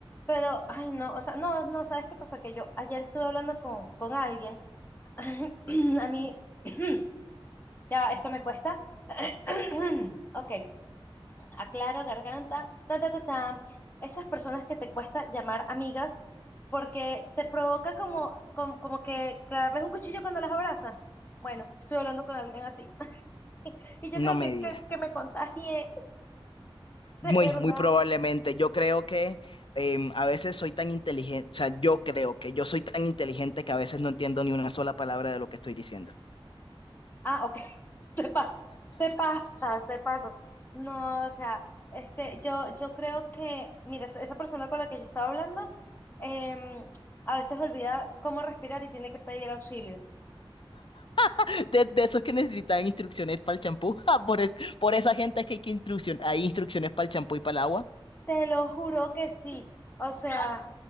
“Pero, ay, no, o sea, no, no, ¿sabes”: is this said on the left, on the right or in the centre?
Left